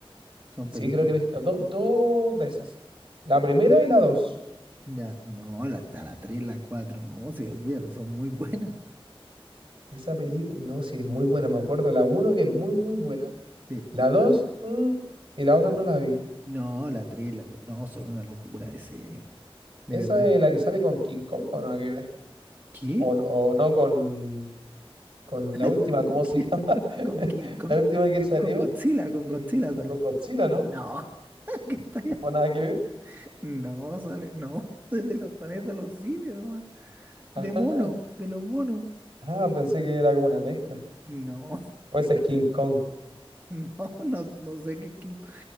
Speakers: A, on the right; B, on the right.
A: son
B: Sí,
A: películas.
B: creo que he visto do- dos de esas. La primera y la dos.
A: Ya, no, la, a la tres la 4, no, sí, olvídalo, son muy <laughs> buenas.
B: Esa película, no, sí, es muy buena. Me acuerdo la uno que es muy, muy buena.
A: Sí.
B: La dos, mm, y la otra no la vi.
A: No, la tres la 4, no, son una locura de serie, de
B: ¿Esa
A: verdad.
B: es la que sale con King Kong o nada que ver?
A: ¿Qué?
B: ¿O, n- o no con, con la última,
A: <laughs> ¿Con
B: ¿cómo
A: qué?
B: se llama?
A: ¿Con
B: <laughs>
A: King Kong?
B: La última que salió
A: ¿Con Godzilla? ¿Con
B: eh,
A: Godzilla sale?
B: con Godzilla, ¿no?
A: No, <laughs> ¿qué estoy hablando?
B: ¿O nada que ver?
A: No, sale, no, <laughs> desde los planetas de los simios nomás,
B: Ajá.
A: de mono, de los monos.
B: Ah, pensé que era como una mezcla.
A: No,
B: O esa es King Kong.
A: <laughs> no, no, no sé qué King Kong.